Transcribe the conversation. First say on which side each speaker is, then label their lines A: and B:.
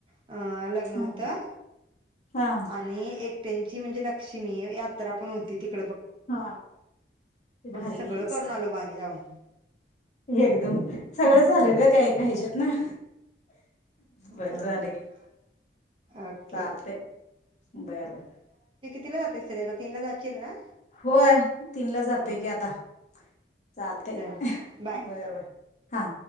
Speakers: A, on the right; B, on the left.
A: अ लग्न
B: हां,
A: होतं
B: हां,
A: आणि एकट्यांची म्हणजे लक्ष्मी यात तर आपण उद्योदिक
B: हा ते भारी
A: असं सगळं
B: केलीस
A: करून आलो बा आम्ही जाऊन
B: एकदम सगळं झालं ग त्या ऐका हेज्यातन बर
A: अ,
B: झालं गे
A: ओके
B: चालतंय बर बर
A: तिला जातेस सगळ्या तीन ला जाचील ना
B: होय तीनला जातोय
A: हो
B: की आता चालतय
A: चल बाय
B: बर बर हा